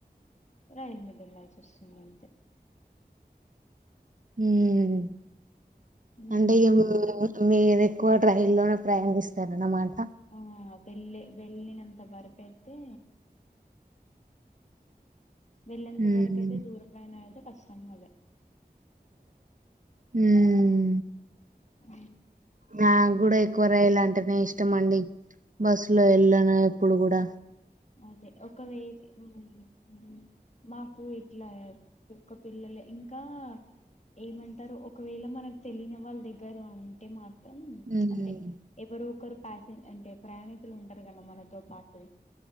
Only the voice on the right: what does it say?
ఉమ్
అంటే ఏం మీరు ఎక్కువ ట్రెయిన్ లోనే ప్రయాణిస్తారనమాట
ఉమ్
ఉమ్
నాక్ గూడా ఎక్కువ రైల్ అంటనేే ఇష్టం అండి బస్ లో ఎళ్ళను ఎప్పుడు గూడా
హ్మ్